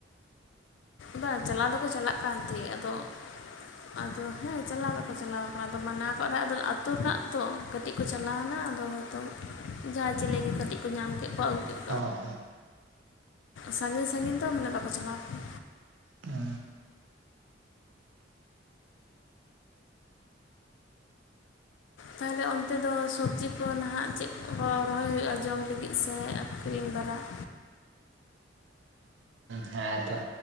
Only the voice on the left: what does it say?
ᱵᱟᱝ ᱪᱟᱞᱟᱣ ᱫᱚ ᱠᱚ ᱪᱟᱞᱟᱜ ᱠᱟᱱ ᱛᱟᱦᱮᱸᱫ ᱟᱫᱚᱼᱼ ᱟᱫᱚ ᱦᱮᱸ ᱪᱟᱞᱟᱣ ᱫᱚ ᱠᱚ ᱪᱟᱞᱟᱣ ᱠᱟᱱᱟ ᱟᱫᱚ ᱢᱟᱱᱟᱣ ᱠᱚᱜ ᱨᱮ ᱦᱚᱸ ᱟᱫᱚ ᱟᱹᱛᱩ ᱨᱮᱱᱟᱜ ᱛᱚ ᱠᱟᱹᱴᱤᱡᱼᱼ ᱠᱚ ᱪᱟᱞᱟᱣ ᱱᱟ ᱟᱫᱚ ᱦᱚᱭᱛᱚ ᱡᱟᱦᱟᱸᱭ ᱪᱤᱞᱤ ᱜᱮ ᱠᱟᱹᱴᱤᱡ ᱠᱚ ᱧᱟᱢ ᱠᱮᱫ ᱠᱚᱣᱟ <unintelligible>
ᱥᱟᱺᱜᱤᱧ ᱥᱟᱺᱜᱤᱧ ᱫᱚ ᱢᱟᱱᱮ ᱵᱟᱠᱚ ᱪᱟᱞᱟᱣ ᱠᱟᱱᱟ
ᱛᱟᱦᱚᱞᱮ ᱚᱱᱛᱮ ᱫᱚ ᱥᱚᱵᱽᱡᱤ ᱠᱚ ᱱᱟᱦᱟᱜ ᱪᱮᱫ ᱠᱚ ᱨᱚᱦᱚᱭ ᱦᱩᱭᱩᱜᱼᱟ ᱡᱚᱢ ᱞᱟᱹᱜᱤᱫ ᱥᱮ ᱟᱠᱷᱨᱤᱧ ᱵᱟᱨᱟᱠᱼᱼ